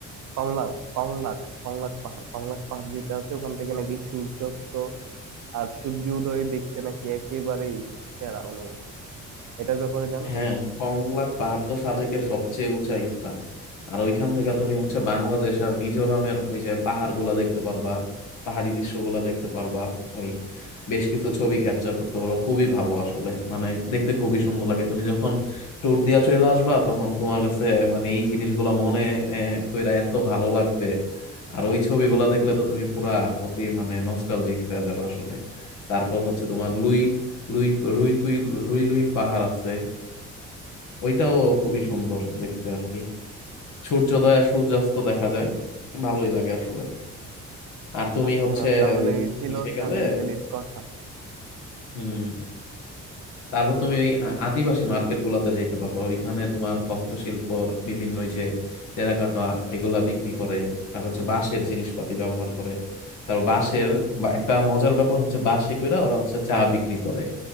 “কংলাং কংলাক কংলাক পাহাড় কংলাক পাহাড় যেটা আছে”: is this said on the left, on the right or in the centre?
Right